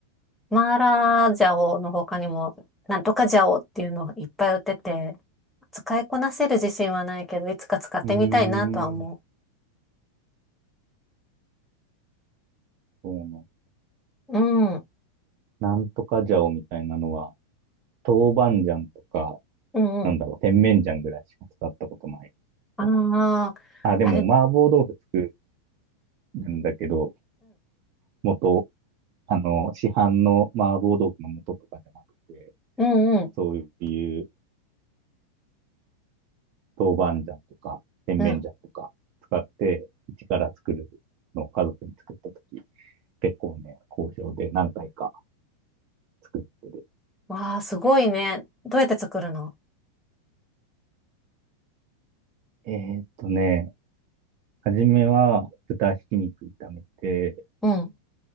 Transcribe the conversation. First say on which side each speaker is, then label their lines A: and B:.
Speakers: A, in the centre; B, on the right.
A: マーラージャオの他にも、なんとかジャオっていうのがいっぱい売ってて、使いこなせる自信はないけど、いつか使ってみたいなとは思
B: うーん、そうなんだ
A: う。うん、う
B: なんとか醤みたいなのは、豆板醤とか、
A: ん、
B: なんだろう、
A: うん。
B: 甜麺醤ぐらいしか使ったことないかな。
A: ああ、
B: あ、でも麻婆豆腐作
A: あれ、うん、
B: るんだけど、元、あの、市販の麻婆豆腐の素とかじゃなくて、
A: うん、うん、
B: そういう豆板醤とか、甜麺醤とか使って、
A: うん。
B: 一から作るのを家族に作ったとき、結構ね、好評で何回か作ってる。
A: わあ、すごいね。どうやって作るの
B: えーっとね、初めは豚ひき肉炒めて、
A: うん、